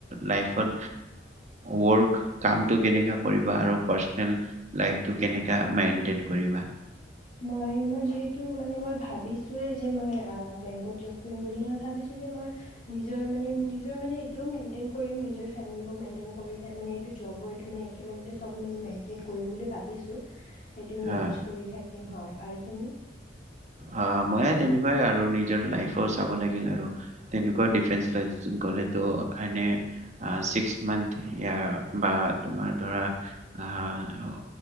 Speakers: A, on the right; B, on the left.
A: লাইফত ৱৰ্ক কামটো কেনেকুৱা কৰিবা আৰু পাৰ্চনেল লাইফটো কেনেকুৱা মেইন কৰিবা।
B: মই মই যিহেতু মানে মই ভাবিছো। তো এইটো যে মই বেংকত জব কৰিম বুলি মই ভাবিছো যে মই নিজৰ মানে নিজৰ মানে এইটোও মেইনটেইন কৰিম নিজৰ ফেমিলিকো মেইনটেইন কৰি মানে এইটো জবৰ এইটো মানে একেলগতে চব মানে মেইনটেইন কৰিম বুলি ভাবিছোঁ। সেইটোৱে মেনেজ
A: হা
B: কৰি থাকে। হয় আৰু তুমি
A: অ মইে তেনেকুৱাই আৰু নিজৰ লাইফো চাব লাগিল আৰু তেনেকুৱা ডিফেস ল গলেতো এনে ছিক্স মন্ঠ বা তোমাৰ ধৰা আহ